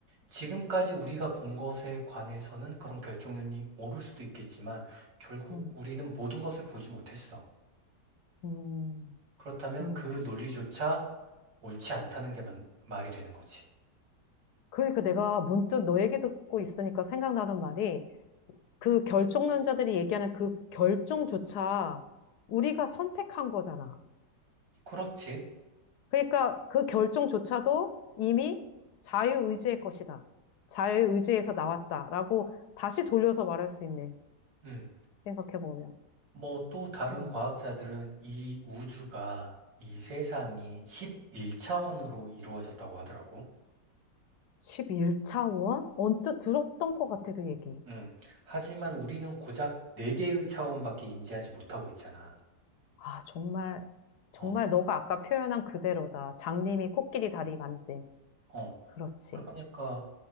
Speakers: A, on the right (about 90°); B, on the left (about 70°).
A: 지금까지 우리가 본 것에 관해서는 그런 결정론이 옳을 수도 있겠지만 결국
B: 응,
A: 우리는 모든 것을 보지 못했어.
B: 응,
A: 그렇다면
B: 응.
A: 그 논리조차 옳지 않다는 게 만- 말이 되는 거지.
B: 그러니까 내가 문득 너 얘기 듣고 있으니까 생각나는 말이 그 결정론자들이 얘기하는 그 결정조차 우리가 선택한 거잖아.
A: 그렇지.
B: 그러니까 그 결정조차도 이미 자유의지의 것이다. 자유의지에서 나왔다라고 다시 돌려서 말할 수 있네.
A: 음.
B: 생각해보면.
A: 뭐 또 다른
B: 음.
A: 과학자들은 이 우주가 이 세상이 11차원으로 이루어졌다고 하더라고.
B: 11차원? 언뜻 들었던 것 같아, 그 얘기.
A: 음. 하지만 우리는 고작 네 개의 차원밖에 인지하지 못하고 있잖아.
B: 아, 정말, 정말
A: 어,
B: 너가 아까 표현한 그대로다. 장님이 코끼리 다리 만짐.
A: 어.
B: 그렇지.
A: 그러니까